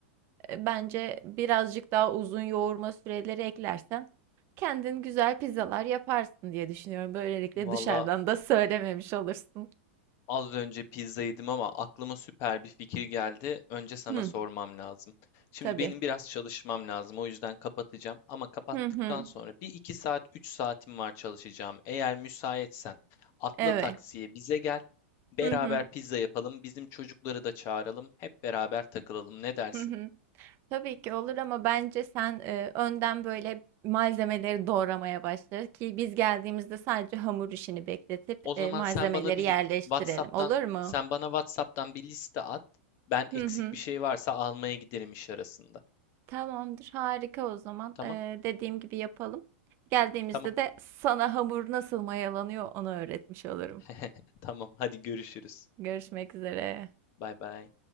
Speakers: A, on the right; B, on the left.
A: e, bence birazcık daha uzun yoğurma süreleri eklersen kendin güzel pizzalar yaparsın diye düşünüyorum. Böylelikle
B: Valla
A: dışarıdan da söylememiş olursun.
B: az önce pizza yedim ama aklıma süper bir fikir geldi. Önce sana
A: Hı,
B: sormam lazım. Şimdi
A: tabii.
B: benim biraz çalışmam lazım. O yüzden kapatacağım. Ama kapattıktan
A: Hı hı.
B: sonra bir iki saat, üç saatim var çalışacağım. Eğer müsaitsen atla
A: Evet.
B: taksiye bize gel. Beraber
A: Hı hı.
B: pizza yapalım. Bizim çocukları da çağıralım. Hep beraber takılalım. Ne dersin?
A: Hı hı. Tabii ki olur ama bence sen e, önden böyle malzemeleri doğramaya başla ki biz geldiğimizde sadece hamur işini bekletip
B: O
A: e,
B: zaman
A: malzemeleri
B: sen bana bir
A: yerleştirelim.
B: WhatsApp'tan
A: Olur mu?
B: sen bana WhatsApp'tan bir liste at. Ben
A: Hı
B: eksik
A: hı.
B: bir şey varsa almaya giderim iş arasında.
A: Tamamdır, harika o zaman.
B: Tamam?
A: E, dediğim gibi yapalım. Geldiğimizde
B: Tamam.
A: de sana hamur nasıl mayalanıyor onu öğretmiş olurum.
B: <laughs> Tamam. Hadi görüşürüz.
A: Görüşmek üzere.
B: Bay bay.